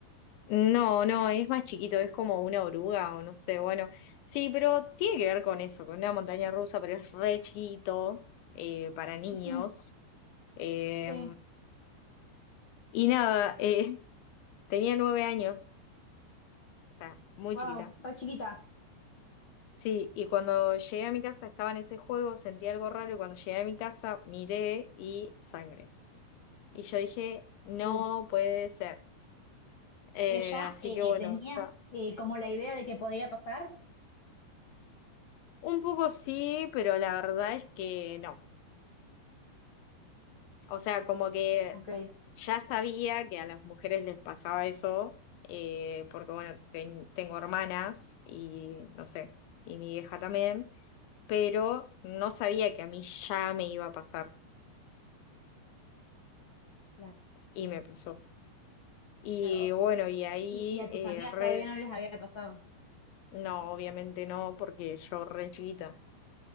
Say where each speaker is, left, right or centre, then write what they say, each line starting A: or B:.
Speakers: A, on the left; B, on the left.
A: no, no, es más chiquito, es como una oruga o no sé, bueno, sí, pero tiene que ver con eso, con una montaña rusa, pero es re chiquito eh, para niños.
B: Ujú,
A: Eh,
B: sí,
A: y nada, eh, <laughs> tenía nueve años, o sea, muy
B: wow,
A: chiquita.
B: re chiquita.
A: Sí, y cuando llegué a mi casa estaba en ese juego, sentí algo raro y cuando llegué a mi casa miré y sangre. Y yo dije, no
B: Uh,
A: puede ser. Eh,
B: pero ya
A: así
B: eh,
A: que bueno,
B: tenías
A: o sea,
B: eh, como la idea de que podía pasar.
A: un poco sí, pero la verdad es que no. O sea, como que
B: Ok,
A: ya sabía que a las mujeres les pasaba eso, eh, porque bueno, ten- tengo hermanas y no sé, y mi hija también, pero no sabía que a mí ya me iba a pasar
B: claro.
A: y me pasó. Y
B: claro. vos.
A: bueno, y ahí,
B: Y, y a
A: eh,
B: tus amigas
A: re,
B: todavía no les había pasado.
A: no, obviamente no, porque yo re chiquita.